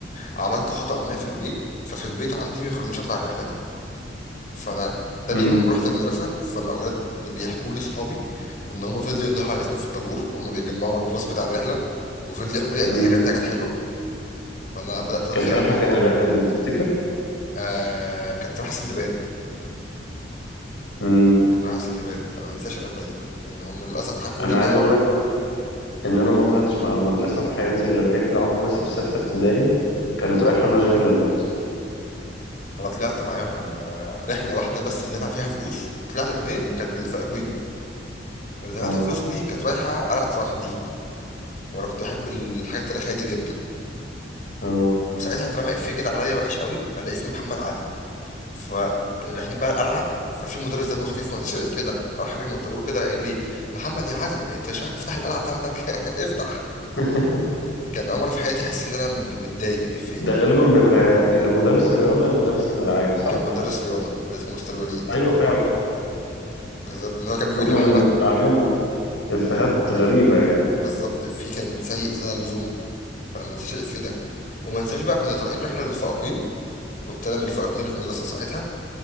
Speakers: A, on the left (about 45°); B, on the left (about 90°).
A: عملت خطأ ما في البيت ففي البيت عندي ما يخلونيش اطلع الرحله دي فانا تاني
B: امم
A: يوم رحت المدرسه فالاولاد بيحكوا لي صحابي ان هم فضلوا يندهوا على اسمي في الطابور وهم بيجمعوا الباص بتاع الرحله وفضلوا يحكوا لي قد
B: امم
A: ايه الرحله كانت حلوه فانا بدات اتخيل
B: كانت رايحه
A: الموضوع
B: فين الرحله دي بتفتكر
A: آه كانت رايحه سندباد
B: امم
A: كانت رايحه سندباد انا ما انساش الرحله دي ان هم للاسف حكوا
B: انا
A: لي ان
B: عايز
A: هو
B: اقول لك ان انا ما طلعتش مع المدرسه في حياتي غير رحله واحده بس في سته ابتدائي كانت رايحه ماجيك لاند
A: انا طلعت معاهم آه رحله واحده بس اللي دفع فيها فلوس طلعت اتنين كانت للفائقين اللي دفعت
B: اه
A: فيها فلوس دي كانت رايحه قلعه صلاح الدين وانا كنت بحب الحاجات التاريخيه دي جدا
B: اه
A: وساعتها اترمى افيه كده عليا وحش قوي انا اسمي محمد علي فرايحين بقى القلعه ففي مدرس دمه خفيف ما نساش الإف ده راح خارج من الطابور كده قال لي محمد يا علي انت مش معاك مفتاح القلعه بتاعتك <laughs> افتح
B: <laughs>
A: كان اول مره في حياتي احس ان انا م- متضايق من إفيه
B: ده غالبا بيبقى يا مدرس الرياضه يا مدرس الالعاب صح
A: كان مدرس رياضه كان اسمه مستر وليد
B: ايوه فعلا
A: بالظبط ان هو كان بيقول
B: هما
A: لي محمد
B: اللي بيبقى عليهم افيهات غريبه يعني
A: بالظبط إفيه كان سيء زياده عن اللزوم فانا ما نساش الإف ده وما نساش بقى كنا طالعين رحله للفائقين كنت انا من الفائقين اللي في المدرسه ساعتها